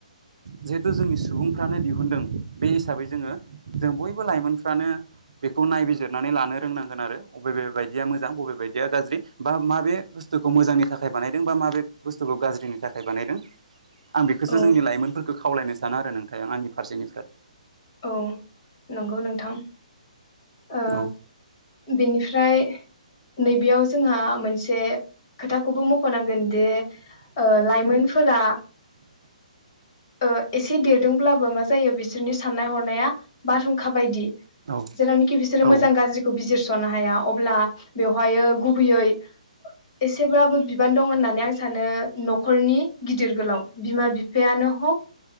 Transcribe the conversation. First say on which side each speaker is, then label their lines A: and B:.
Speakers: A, on the right; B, on the left.
A: जिहेथु जोंनि सुबुंफ्रानो दिहुनदों बे हिसाबै जोङो जों बयबो लाइमोनफ्रानो बेखौ नायबिजिरनानै लानो रोंनांगोन आरो बबे बे बायदिया मोजां बबे बायदिया गाज्रि, बा माबे बुस्थुखौ मोजांनि थाखाय बानायदों बा माबे बुस्थुखौ गाज्रिनि थाखाय बानायदों? आं बेखौसो
B: औ
A: जोंनि लाइमोनफोरखौ खावलायनो सानो आरो नोंथां आं आंनि फारसेनिफ्राय
B: औ नंगौ नोंथां, ओ
A: औ
B: बिनिफ्राय नैबेयाव जोंहा मोनसे खोथाखौबो मख नांगोन जे लाइमोनफोरा ओ एसे देरदोंब्लाबो मा जायो बिसोरनि साननाय हनाया बारहुंखा बायदि
A: औ
B: जेरावनोखि बिसोरो
A: औ
B: मोजां गाज्रिखौ बिजिरसनो हाया अब्ला बेवहायो गुबुबैयै एसेब्लाबो बिबान दं होननानै आं सानो नखरनि गिदिर गोलाव बिमा बिफ बिफा यानो हक